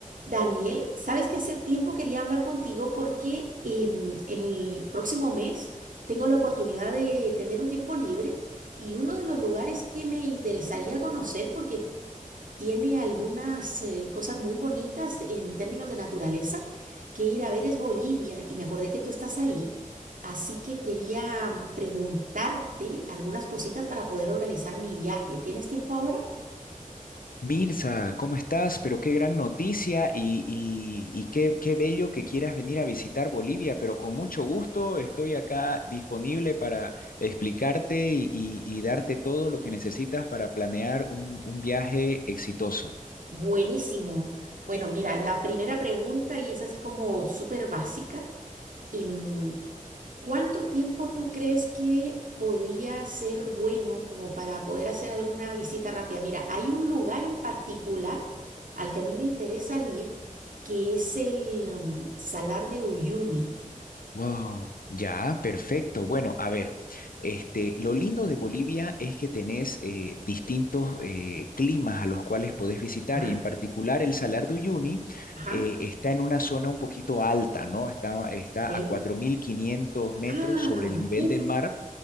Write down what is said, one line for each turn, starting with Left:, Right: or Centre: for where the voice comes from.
Right: Daniel, sabes que hace tiempo quería hablar contigo porque em, el próximo mes tengo la oportunidad de tener un tiempo libre y uno de los lugares que me interesaría conocer porque tiene algunas eh, cosas muy bonitas en términos de naturaleza que ir a ver es Bolivia y me acordé que tú estás ahí, así que quería preguntarte algunas cositas para poder organizar mi viaje. ¿Tienes tiempo ahora?
Left: Mirza, ¿cómo estás? Pero qué gran noticia y, y- y qué, qué bello que quieras venir a visitar Bolivia, pero con mucho gusto estoy acá disponible para explicarte y, y- y darte todo lo que necesitas para planear un un viaje exitoso.
Right: Buenísimo. Bueno, mira, la primera pregunta, y es así como súper básica, em, ¿cuánto tiempo tú crees que podría ser bueno como para poder hacer alguna visita rápida? Mira, hay un lugar en particular al que a mí me interesa ir, que es el, em, Salar de Uyuni.
Left: Wow, ya, perfecto. Bueno, a ver, este, lo lindo de Bolivia es que tenés eh, distintos eh, climas a los cuales podés visitar
Right: Ah,
Left: y en particular el Salar de Uyuni
Right: ajá.
Left: eh, está en una zona un poquito alta, ¿no? Está, está
Right: Ok.
Left: a cuatro mil quinientos metros
Right: Ah,
Left: sobre el nivel
Right: uf,
Left: del mar,